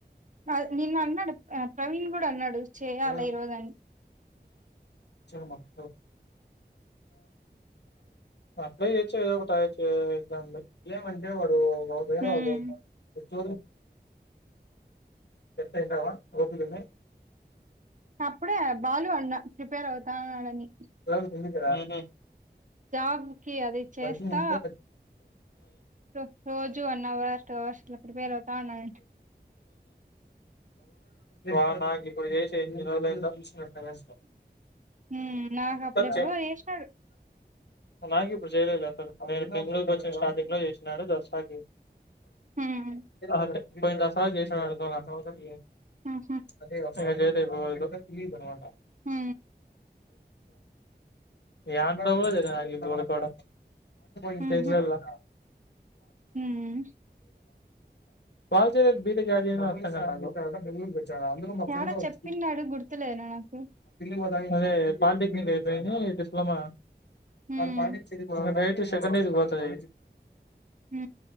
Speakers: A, on the right; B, on the left.
A: నాక్ నిన్న అన్నాడు. ఆ ప్రవీణ్ కూడా అన్నాడు. చేయాలి
B: ఆ
A: ఈ రోజు అని
B: మ్ అప్లయ్ చేయొచ్చు గా ఎగ్జామ్ కి ఏమంటే వాడు వేరే
A: హ్మ్
B: వాళ్ళ సెట్ అవుతావా ఓపిక ఉందా
A: అప్పుడే బాలు అన్నా ప్రిపేర్ అవుతానడానీ
B: ఊహు
A: జాబ్ కి అది చేస్తా
B: ఉ ఊహు
A: రో రోజు వన్ అవర్ టూ అవర్స్ ఇట్లా ప్రిపేర్ అవుతా ఉన్నాడంట
B: వాడు నాకు ఇప్పుడు చేసి ఎన్ని రోజులయ్యిందో ఒకసారి
A: హ్మ్ నాకు అప్పుడెప్పుడో
B: చెయ్
A: చేసినాడు
B: నాకేప్ ఇప్పుడు చేయలేదు అసలు నేను బెంగళూరుకి వచ్చిన స్టార్టింగ్ లో చేసినాడు దసరాకి
A: హ్మ్
B: అదే పోయిన దసరా కి చేసినాడనుకో <inaudible>
A: ఊహూ
B: ఇంక చేయలేదు ఇప్పటి వరకు
A: మ్
B: యాండావో తేలీ ఇప్పటివరకు ఆడ ఏం
A: ఊహూ
B: చెయ్యాల
A: హ్మ్
B: బాల శరత్ బిటెక్ యాడ చేసినాడో అర్థం కావటం
A: యాడో
B: లేదు
A: చెప్పిన్నాడు గుర్తులేదు నాకు
B: నాకు అదే పాలిటెక్నిక్ నీది అయిపోయింది డిప్లమా
A: హ్మ్
B: ఆ పాటించ్ ఆమె డైరెక్ట్ సెకండ్ ఇయర్ కి పోతాది
A: మ్